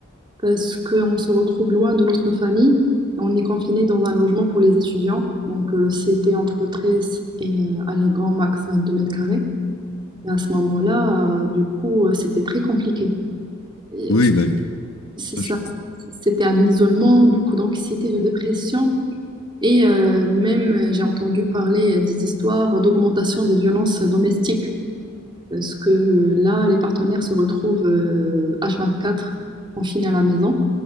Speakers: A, on the right; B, on the left.
A: parce qu'on se retrouve loin de notre famille. On est confiné dans un logement pour les étudiants. Donc, euh, c'était entre 13 et, euh, allez, grand max 22 mètres carrés. Et à ce moment-là, euh, du coup, euh, c'était très compliqué. Et
B: oui, bah,
A: C'est
B: ça,
A: ça.
B: je- oui,
A: C'était un isolement, beaucoup d'anxiété, de dépression. Et euh, même, j'ai entendu parler des histoires d'augmentation des violences domestiques. Parce que là, les partenaires se retrouvent euh, H24 confinés à la maison.